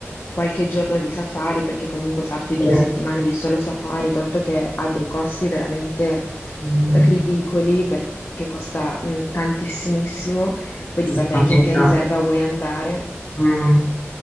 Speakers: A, on the left (about 55°); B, on the left (about 40°).
A: qualche giorno di safari, perché comunque farti due
B: Eh,
A: settimane di solo safari, tolto che ha dei costi veramente
B: mm,
A: ridicoli, perché costa mh, tantissimissimo, poi dipende
B: giustamente.
A: anche in che riserva vuoi andare.
B: Mm,